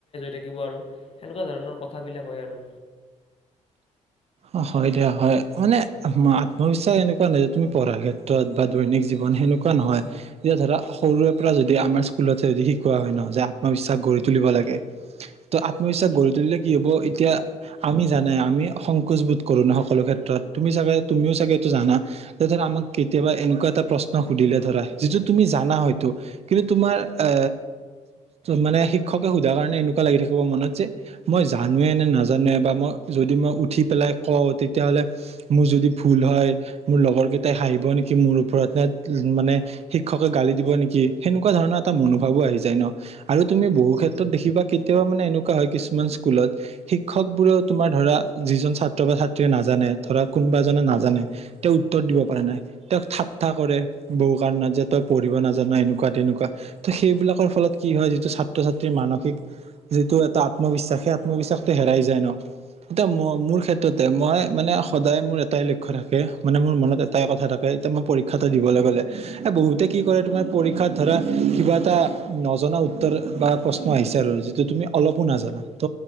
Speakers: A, on the left; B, on the right.
A: থাকিব আৰু সেনেকুৱা ধৰণৰ কথাবিলাক হয় আৰু
B: অ হয় দিয়া হয় মানে আত্মবিশ্বাস এনেকুৱা নাই যে তুমি পঢ়াৰ ক্ষেত্ৰত বা দৈনিক জীৱন সেনেক তেনেকুৱা নহয় এতিয়া ধৰা সৰুৰে পৰা যদি আমাৰ স্কুলতে যদি শিকোৱা হয় নহ যে আত্মবিশ্বাস গঢ় তুলিব লাগে লাগে ত আত্ম বিশ্বাস গৰি তুলিলে কি হব এতিয়া আমি জানাই কোজবোধ কৰো ন সকলো ক্ষেত্ৰত তুমি চাগে তুমিও চাগেটো জানা যে ধৰ আমাক কেতিয়াবা এনেকোৱা এটা প্ৰশ্ন সুধিলে ধৰা যিটো তুমি জানা হয়তো কিন্তু তোমাৰ এ মানে হিক শিক্ষকে সোধাৰ কাৰণে এনেকুৱা লাগি থাকিব মনত যে মই জানোৱে নে নাজানোৱে বা মই যদি মই উঠি পেলাই কওঁ তেতিয়াহ'লে মোৰ যদি ভুল হয় মোৰ লগৰ কেইটাই হাঁহিব নেকি মোৰ ওপৰত নে উম মানে শিক্ষকে গালি দিব নেকি সেনেকুৱা ধৰণৰ এটা মনোভাৱো আহি যায় ন আৰু তুমি বহুত ক্ষেত্ৰ দেখিবা কেতিয়াবা মানো হয় কিছুমান স্কুলত শিক্ষক বোৰ তোমাৰ ধৰা যিজন ছাত্ৰ বা ছাত্ৰীয়ে নাজানে ধৰাক কোনোবা এ জনে নাজানে তেওঁক উত্তৰ দিব পাৰে নাই তেওঁক ঠাট্টা কৰে বহু কাৰণত যে তই পঢ়িব নাজান এনেকুৱা তেনেকুৱা ত সেইবিলাকৰ ফলত কি হয় যিটো ছাত্ৰ ছাত্ৰী মানসিক যিটো এটা আত্মবিশ্বাস সেই আত্মবিশ্বাসটো হেৰাই যায় ন এতিয়া ম মোৰ ক্ষেত্ৰত তে মই মানে সদায় মোৰ এটাই লক্ষ্য থাকে মানে মোৰ মনত এটাই কথা থাকে এতিয়া মই পৰীক্ষাটো দিব লাগে বহুতে কি কৰে তমাৰ পৰীক্ষাত ধৰা কিবা এটা নজনা উত্তৰ বা পছ মই বিচাৰো যিটো তুমি অলপো নাজানা ত